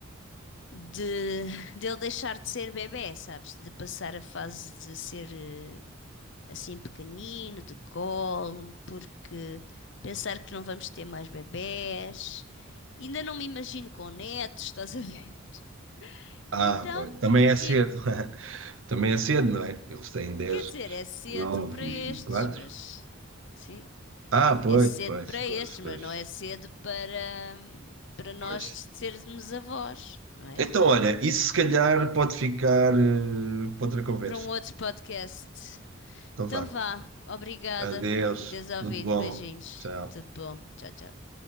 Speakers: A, on the left; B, on the right.
A: de, de ele deixar de ser bebé, sabes? De passar a fase de ser eh, assim pequenino, de colo, porque pensar que não vamos ter mais bebés. Ainda não me imagino com netos, estás a ver? <laughs>
B: Ah,
A: Então,
B: pois, também é
A: tipo,
B: cedo. <laughs> Também é cedo, não é? Eles têm dez
A: quer dizer, é cedo
B: nove
A: para
B: e
A: estes,
B: quatro
A: mas sim,
B: Ah, pois,
A: é cedo
B: pois,
A: para
B: pois,
A: estes,
B: pois,
A: mas não é cedo para para nós
B: pois.
A: sermos avós, não é?
B: Então, olha, isso se calhar pode ficar eh, para outra conversa.
A: Para um outro podcast.
B: Então
A: Então
B: vá.
A: vá, obrigada
B: Adeus,
A: por me teres ouvido.
B: tudo bom.
A: Beijinhos,
B: Tchau.
A: tudo bom, tchau, tchau.